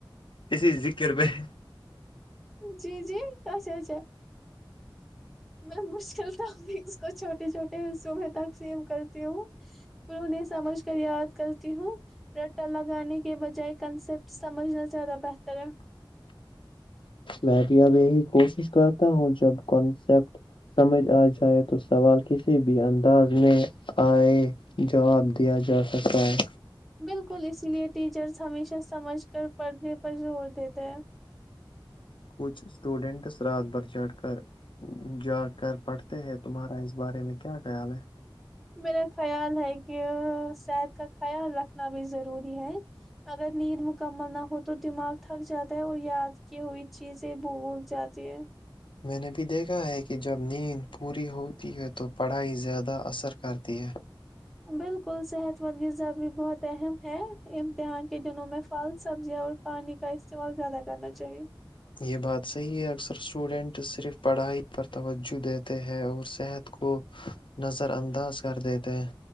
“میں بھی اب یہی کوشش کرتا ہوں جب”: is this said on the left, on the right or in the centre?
Left